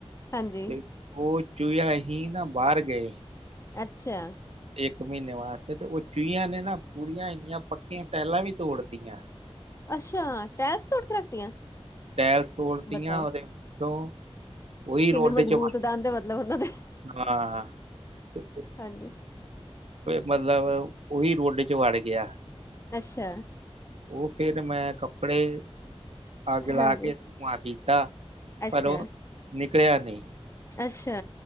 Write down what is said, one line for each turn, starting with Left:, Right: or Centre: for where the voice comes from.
Left: ਹਾਂਜੀ,
Right: ਤੇ ਉਹ ਚੂਹੀਆਂ ਹੀ ਨਾ ਬਾਹਰ ਗਏ।
Left: ਅੱਛਾ।
Right: ਇੱਕ ਮਹੀਨੇ ਵਾਸਤੇ ਤੇ ਉਹ ਚੂਹੀਆਂ ਨੇ ਨਾ ਪੂਰੀਆਂ ਇੰਨੀਆਂ ਪੱਕੀਆਂ ਟਾਇਲਾਂ ਵੀ ਤੋੜਤੀਆਂ।
Left: ਅੱਛਾ ਟਾਈਲਸ ਤੋੜ ਕੇ ਰੱਖਤੀਆਂ।
Right: ਟਾਈਲਸ ਤੋੜਤੀਆਂ
Left: ਬਤਾਓ
Right: ਉਹਦੇ ਦੋਂ ਉਹੀ
Left: ਕਿੰਨੇ
Right: ਰੋਡੇ
Left: ਮਜ਼ਬੂਤ
Right: ਚ
Left: ਦੰਦ ਮਤਲਬ ਉਹਨਾਂ ਦੇ
Right: ਹਾਂ ਤੇ
Left: ਹਾਂਜੀ।
Right: ਮਤਲਬ ਉਹੀ ਰੋਡ ਚ ਵੜ ਗਿਆ।
Left: ਅੱਛਾ।
Right: ਉਹ ਫਿਰ ਮੈਂ ਕੱਪੜੇ ਅੱਗ ਲਾ
Left: ਹਾਂਜੀ,
Right: ਕੇ ਧੂੰਆਂ ਕੀਤਾ
Left: ਅੱਛਾ,
Right: ਪਰ ਉਹ ਨਿਕਲਿਆ ਨਹੀਂ।
Left: ਅੱਛਾ